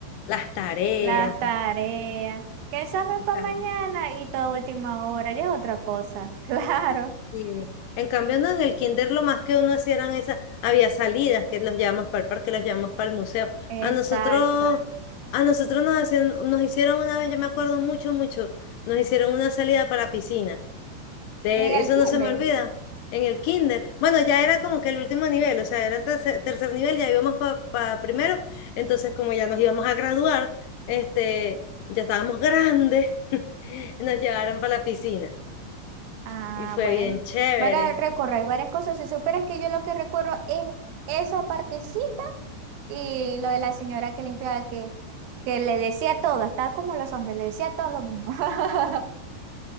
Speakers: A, on the left; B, on the right.
A: Las tareas.
B: las tareas, que examen
A: o
B: para
A: sea,
B: mañana y toda última hora, ya es otra cosa. <laughs> Claro,
A: y- en cambio, no, en el kinder lo más que uno hacía eran esas, había salidas que los llevamos para el parque, los llevamos para el museo.
B: exacto.
A: A nosotros, a nosotros nos hacían, nos hicieron una vez, yo me acuerdo mucho, mucho, nos hicieron una salida para piscina. De
B: En el
A: eso
B: kinder.
A: no se me olvida. En el kinder. Bueno, ya era como que el último nivel, o sea, era tercer, tercer nivel, ya íbamos para primero. Entonces, como ya nos íbamos a graduar, este, ya estábamos grandes, <laughs> nos llevaron para la piscina.
B: Ah,
A: Y fue
B: bueno.
A: bien chévere.
B: Van a recorrer varias cosas. Si supieras que yo lo que recuerdo es esa partecita y lo de la señora que limpiaba, que, que le decía todo, estaba como los hombres, le decía todo lo mismo. <laughs>